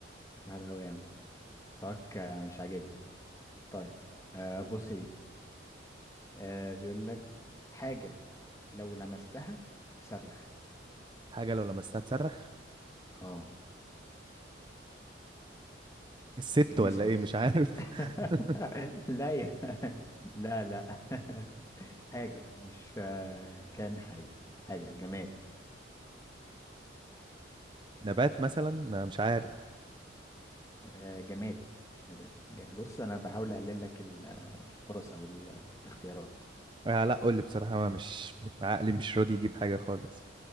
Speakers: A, on the left; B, on the right.
A: سهله قوي يا عم مستواك آه، مش عاجبني طيب آه بص دي آه بيقول لك حاجة لو لمستها تصرخ
B: حاجة لو لمستها تصرخ
A: اه
B: الست
A: تلمسها
B: ولا إيه
A: بس
B: مش عارف
A: <laughs>
B: <laughs>
A: لا يا لا لا <laughs> حاجة مش آه، كائن حي حاجة جماد
B: نبات مثلا ما مش عارف
A: آه، جماد مش نبات جماد. بص أنا بحاول أقلل لك ال- آه، الفرص أو ال- آه، الاختيارات
B: آه لا قول لي بصراحة ما مش عقلي مش راضي يجيب حاجة خالص